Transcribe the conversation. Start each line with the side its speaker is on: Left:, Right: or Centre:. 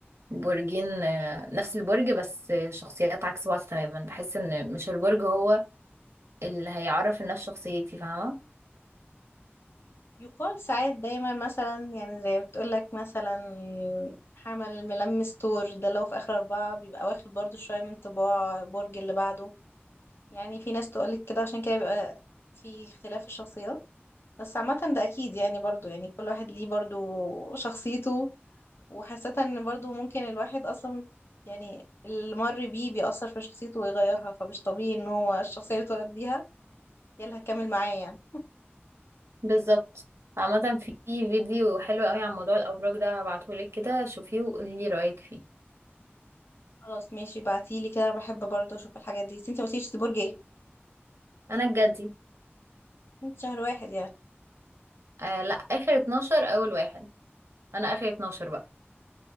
Right: برجين آه، نفس البرج بس آه، شخصيات عكس بعض تماما بحس ان مش البرج هو اللي هيعرف الناس شخصيتي فاهمة
Left: يقال ساعات دايما مثلا يعني زي بتقولك مثلا حمل ملمس تور ده لو في آخر أربعة بيبقى واخد برضو شوية من طباع برج اللي بعده يعني في ناس تقولك كده عشان كده بيبقى في اختلاف الشخصيات بس عامة ده أكيد يعني برضو يعني كل واحد ليه برضو شخصيته وحاسة إن برضو ممكن الواحد أصلا يعني اللي مر بيه بيأثر في شخصيته ويغيرها فمش طبيعي إن هو الشخصية اللي اتولد بيها هي اللي هتكمل معاه يعني
Right: بالظبط عامة في فيديو حلو قوي عن موضوع الأبراج ده هبعتهولك كده شوفيه وقولي لي رأيك فيه
Left: خلاص ماشي بعتيلي كده أنا بحب برضو أشوف الحاجات دي بس انتي مقلتيش دي برج ايه؟
Right: أنا الجدي
Left: انت شهر واحد يعني
Right: آه لا آخر 12 أول واحد أنا آخر 12 بقى